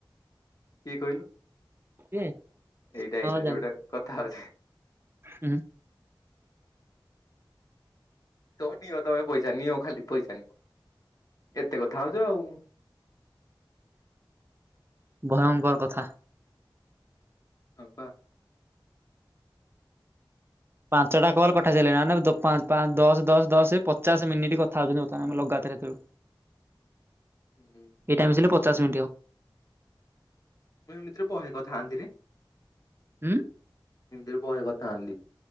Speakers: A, on the left; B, on the right.
A: କିଏ କହିଲୁ
B: ଏ
A: ଏଇଟାଇଟା
B: ହଁ ଜାଣିଲି
A: ଯୋଉଟା କଥା ହଉଛି।
B: ହୁଁ
A: ତ ନିଅ ତମେ ପଇସା ନିଅ ଖାଲି ପଇସା ନିଅ ଏତେ କଥା ହଉଛ ଆଉ।
B: ଭୟଙ୍କର କଥା।
A: ହଁ ପା।
B: ପାଞ୍ଚଟା କଲ କଥା ହୋଇସାରିଲେଣି ନା ଦଶ ଦଶ ଦଶ ପଚାଶ ମିନିଟ୍ କଥା ହଉଛନ୍ତି ଲଗାତାର। <inaudible>
A: ହୁଁ।
B: ଏଇଟା ମିିଶିଲେ ପଚାଶ ମିନିଟ୍ ହେବ।
A: ମୁଁ ଏମିତିରେ ବହେ କଥା ହୁଅନ୍ତିରେ।
B: ହୁଁ।
A: ଏମିତିରେ ବହେ କଥା ହୁଅନ୍ତି